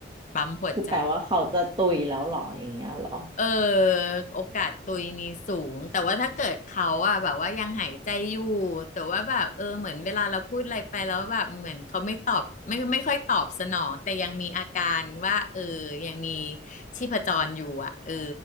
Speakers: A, on the left; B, on the right.
A: ปั๊มหัวใจ
B: คือแปลว่าเขาจะตุยแล้วเหรออย่างเงี้ยเหรอ
A: เออโอกาสตุยมีสูงแต่ว่าถ้าเกิดเขาอะแบบว่ายังหายใจอยู่แต่ว่าแบบเออเหมือนเวลาเราพูดอะไรไปแล้วแบบเหมือนเขาไม่ตอบไม่ไม่ค่อยตอบสนองแต่ยังมีอาการว่าเออยังมีชีพจรอยู่อะเออ